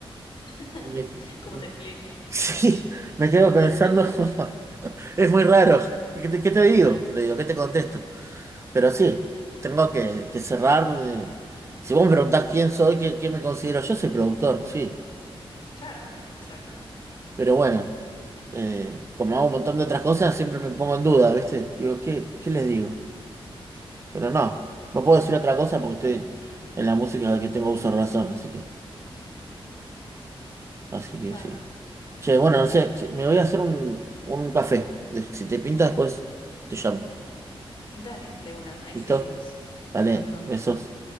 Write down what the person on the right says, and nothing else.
Me que-
sí, me
quedo pensando, <laughs> es muy raro. ¿Qué te, qué te digo? Le digo, ¿qué te contesto? Pero sí, tengo que, que cerrar. eh, Si vos me preguntás quién soy, qué, qué me considero, yo soy productor, sí.
Pero bueno, eh, como hago un montón de otras cosas, siempre me pongo en duda, ¿viste? Digo, ¿qué, qué les digo? Pero no, no puedo decir otra cosa porque estoy en la música que tengo uso de razón, así que, así que
sí. Che, bueno, no sé, si- me voy a hacer un, un café. Si te pinta después, te llamo.
¿Listo?
vale
besos.